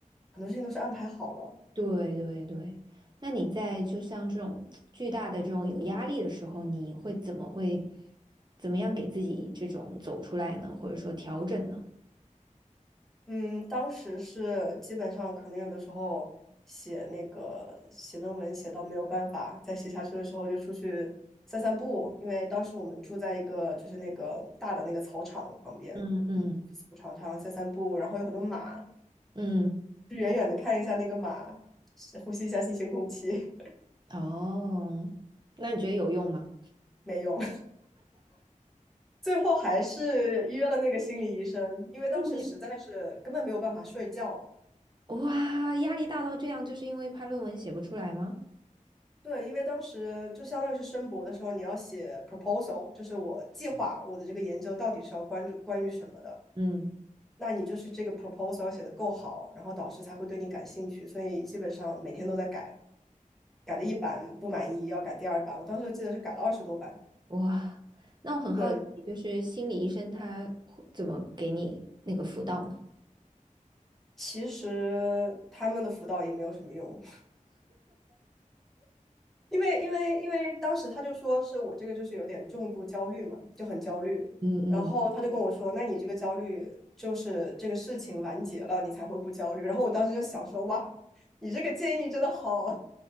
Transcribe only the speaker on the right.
对对对，那你在就像这种巨大的这种有压力的时候，你会怎么会怎么样给自己这种走出来呢？或者说调整呢？
嗯嗯
嗯。
哦，那你觉得有用吗？
那你哇，压力大到这样，就是因为怕论文写不出来吗？
嗯，
哇，那我很好奇，
就是心理医生他会怎么给你那个辅导呢？
嗯嗯